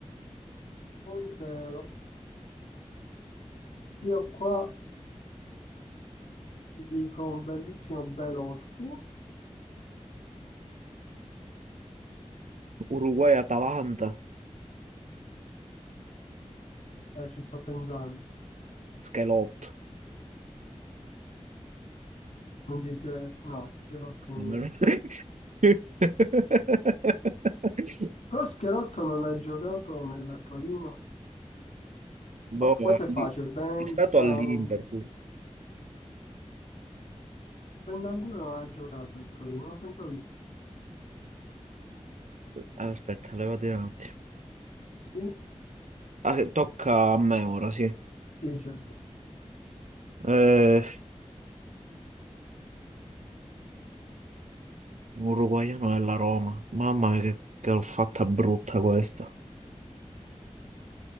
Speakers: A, on the left (about 70°); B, on the right (about 85°).
A: Montero. Io qua ti dico un bellissimo Belotti.
B: Uruguay, Atalanta,
A: Eh, ci sto pensando.
B: Schelotto.
A: Non ci credo. No, Schelotto non
B: <laughs>
A: è. Però Schelotto non ha giocato nella Torino.
B: Boh,
A: Vabbè, Questo è
B: lì-
A: facile. Bentancur...
B: è stato all'Inter. pure.
A: Bentancur non ha giocato nel Torino. Non pensavo di
B: Aspetta, levati un attimo.
A: sì.
B: Ah, che tocca a me ora, sì.
A: Sì, certo.
B: Eh, uruguaiano è la Roma. Mamma mia, che, che l'ho fatta brutta questa.